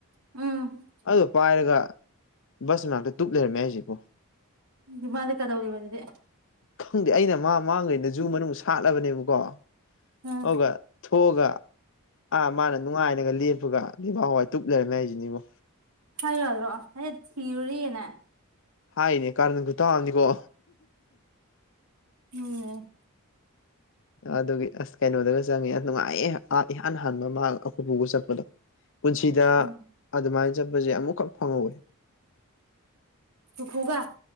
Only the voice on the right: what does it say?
ꯎꯝ
ꯑꯗꯨ ꯃꯥꯗꯤ ꯀꯩꯗꯧꯔꯤꯕ ꯑꯗꯨꯗꯤ
ꯎꯝ
ꯍꯥꯏꯌꯨ ꯌꯥꯗ꯭ꯔꯣ <unintelligible> ꯊꯤꯔꯨꯔꯤ ꯑꯅ
ꯎꯝ
ꯎꯝ
ꯄꯨꯄꯨꯒ